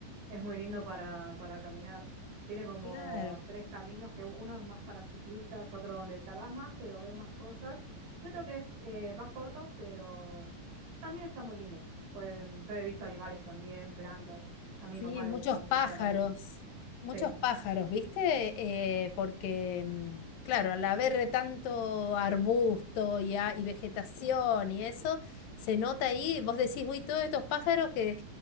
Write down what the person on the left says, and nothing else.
Claro.
Sí,
muchos
pájaros,
muchos
pájaros, ¿viste? Eh, porque, mm, claro, al haber tanto arbusto y, a- y vegetación y eso, se nota ahí, vos decís, uy, todos estos pájaros que